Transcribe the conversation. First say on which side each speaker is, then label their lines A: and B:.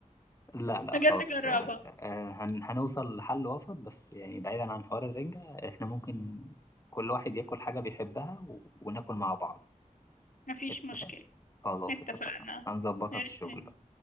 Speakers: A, on the left (about 20°); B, on the left (about 80°).
A: لا لا
B: بجد
A: خلاص
B: جربها
A: آه، آه، هن- هنوصل لحل وسط بس يعني بعيدا عن حوار الرنجة احنا ممكن كل واحد ياكل حاجة بيحبها و- وناكل مع بعض
B: مفيش
A: اتفقنا؟
B: مشكلة
A: خلاص
B: اتفقنا
A: اتفقنا هنظبطها
B: ماشي
A: في الشغل بقى